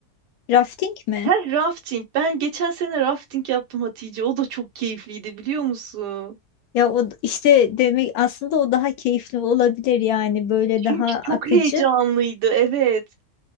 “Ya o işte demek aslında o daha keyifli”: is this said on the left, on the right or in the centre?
Left